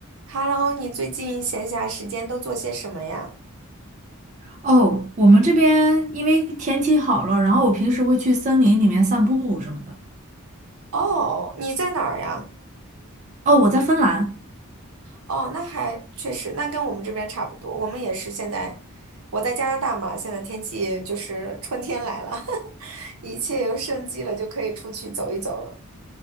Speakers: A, on the right; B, on the right.
A: Hello，你最近闲暇时间都做些什么呀？
B: 哦，我们这边因为天气好了，然后我平时会去森林里面散步什么的。
A: 哦，你在哪儿呀？
B: 哦，我在芬兰，
A: 哦，那还确实，那跟我们这边差不多。我们也是现在，我在加拿大嘛，现在天气就是春天来了，<laughs> 一切又生机了，就可以出去走一走了。